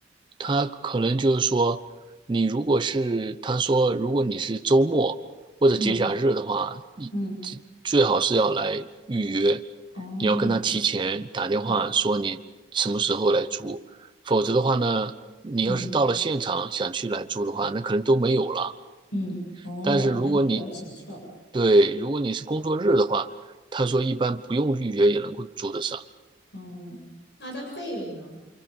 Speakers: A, on the right; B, on the left.
A: 他可能就是说，你如果是他说，如果你是周末或者节假日的话，
B: 嗯
A: 你最最好是要来预约，
B: 嗯，哦
A: 你要跟他提前打电话说你什么时候来租，
B: 哦，
A: 否则的话呢，你要是到了现场想去来租的话，
B: 嗯
A: 那可能都没有了。
B: 嗯，哦，
A: 但是如果你
B: 那还比较紧俏。
A: 对，如果你是工作日的话，他说一般不用预约也能够租得上。
B: 哦，那它费用呢？